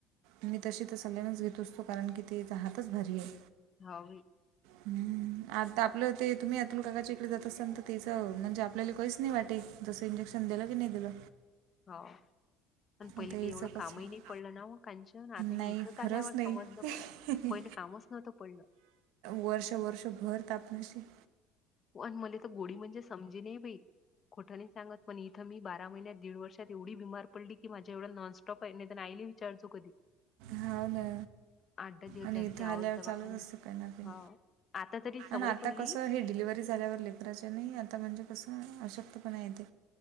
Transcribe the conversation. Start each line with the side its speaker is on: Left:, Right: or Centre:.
Right: मी तशी तर सल्यानच घेतो असतो, कारण की तिचा हातच भारी आहे.
Left: हावं बाई.
Right: हम्म. आता आपलं ते तुम्ही अतुल काकाच्या इकडे जात, असाल तर तेचं म्हणजे, आपल्याला काहीच नाही वाटे. तसं इंजेक्शन दिला कणी दिलं.
Left: हो. पण पहिले
Right: आता
Left: काही
Right: याचं
Left: एवढं
Right: कसं
Left: कामही नाही पडलं ना, ओ कांचन आता हे
Right: नाही
Left: इथंच
Right: खरंच
Left: आल्यावर
Right: नाही
Left: समजलं. पहिलं कामच नव्हतं पडलं.
Right: वर्षे वर्षे भर <unintelligible>
Left: वन मले तर गोडी म्हणजे, समजे नाही बाई खोटं नाही सांगत. पण इथं, मी बारा महिन्या दीड वर्षात एवढी बीमार पडली. की माझ्या एवढा नॉनस्टॉप आहे, आयली विचारचो कधी.
Right: हावं ना.
Left: आठ दहा दिवस
Right: आणि
Left: झाले
Right: इथं
Left: की
Right: आल्यावर
Left: आओच दवाखाना.
Right: चालूच असत, काही ना काही,
Left: हो. आता तरी सवय
Right: ना आता
Left: पडली.
Right: कस हे डिलिवरी. झाल्यावर लेकराच्या हेच, आता म्हणजे कसं अशक्तपणा येते.